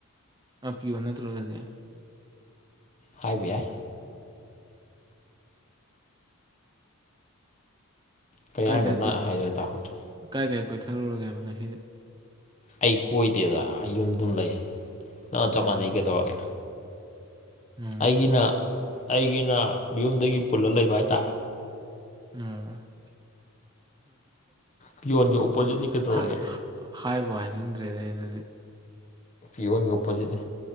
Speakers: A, on the right; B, on the left.
A: ꯑꯞꯄꯤꯌꯣ ꯅꯠꯇ꯭ꯔꯣ ꯑꯗꯨꯗꯤ
B: ꯍ ꯕꯤ ꯑꯥꯏ ꯀꯔꯤ
A: ꯀꯥꯏ
B: ꯍꯥꯏꯅꯣ
A: ꯀꯥꯏ
B: ꯅꯪ ꯍꯥꯏꯗꯣ ꯇꯥꯍꯧꯗ꯭ꯔꯦ
A: ꯀꯥꯏ ꯀꯥꯏ ꯀꯣꯏꯊꯔꯨꯔꯒꯦꯕ ꯉꯁꯤꯗꯤ
B: ꯑꯩ ꯀꯣꯏꯗꯦꯗ ꯌꯨꯝꯗ ꯑꯗꯨꯝ ꯂꯩ ꯅꯪ
A: ꯎꯝ
B: ꯆꯞ ꯃꯥꯟꯅꯩ ꯀꯩꯗꯧꯔꯒꯦ
A: ꯎꯝ
B: ꯑꯩꯒꯤꯅ ꯑꯩꯒꯤꯅ ꯌꯨꯝꯗꯒꯤ ꯄꯨꯜꯂꯒ ꯂꯩꯕ ꯍꯥꯏꯇꯥꯥꯔꯦ
A: ꯑ
B: ꯄꯤꯌꯣꯟꯒꯤ ꯑꯣꯄꯣꯖꯤꯠꯅꯤ ꯀꯩꯗꯧꯔꯒꯦ
A: ꯀ ꯍꯥꯏꯕꯨ ꯍꯥꯏꯅꯤꯡꯖꯔꯤꯦ ꯑꯗꯨꯗꯤ
B: ꯏꯌꯣꯟꯒꯤ ꯑꯣꯄꯣꯖꯤꯠꯅꯤ